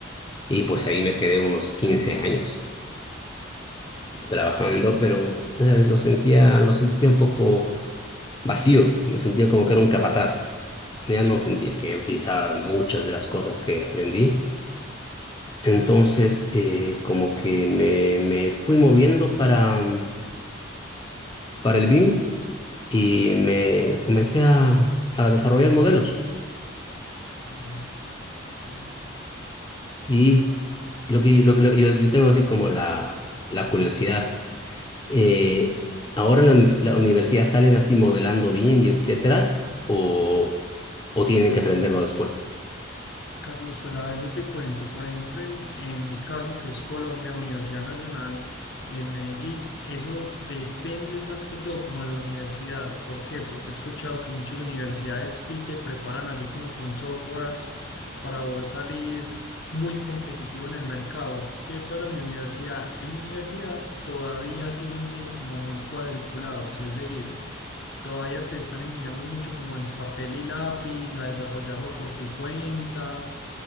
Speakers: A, on the left; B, on the left.
A: Y pues ahí me quedé unos 15 años trabajando, pero ¿sabes? lo sentía, lo sentía un poco vacío, me sentía como que era un capataz. Ya
B: Sí.
A: no sentía que utilizaba muchas de las cosas que aprendí. Entonces, eh, como que me, me fui moviendo para, mm, para el BIM y me comencé a, a desarrollar modelos.
B: Ah, súper, súper.
A: Y lo que, lo que- lo que yo, yo tengo así como la, la curiosidad. eh, ¿ahora en la, unis- la universidad salen así modelando bien y etcétera? ¿O, o tienen que aprenderlo después?
B: Carlos, pues a ver, yo te cuento, por ejemplo, en, en mi caso, que es Colombia, Universidad Nacional, en Medellín, eso depende más que todo como de la universidad. ¿Por qué? Porque he escuchado que muchas universidades sí te preparan así como con softwares para vos salir muy competitivo en el mercado. ¿Qué pasa en mi universidad? En mi universidad todavía siguen siendo como muy cuadriculados, es decir, Todavía te están enseñando mucho como en papel y lápiz, a desarrollarlo por tu cuenta,